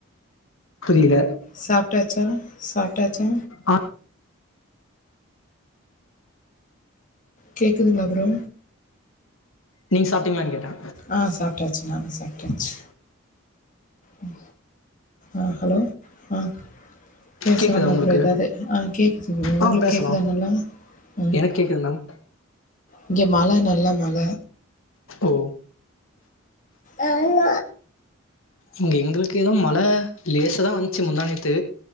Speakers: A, on the left (about 75°); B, on the left (about 35°).
A: புரியல
B: சாப்டாச்சா சாப்டாச்சா
A: ஆ
B: கேக்குதுங்களா ப்ரோ?
A: நீங்க சாப்ட்டீங்களான்னு கேட்டே.
B: ஆ சாப்ட்டாச்சு நானு சாப்ட்டாச்சு. ம் ஆ ஹலோ ஆ பேசலாமா
A: கேக்குதா உங்களுக்கு
B: ப்ரோ எதாவது ஆ கேக்குது ப்ரோ உங்களுக்கு
A: ஆ பேசலா
B: கேக்குதா நல்லா? ஆ
A: எனக்கு கேக்குது மேம்
B: இங்க மழ நல்ல மழ
A: ஓ
B: ஆஹ என்ன
A: இங்க எங்களுக்கு எதும் மழ லேசாதா வந்துச்சு முந்தா நேத்து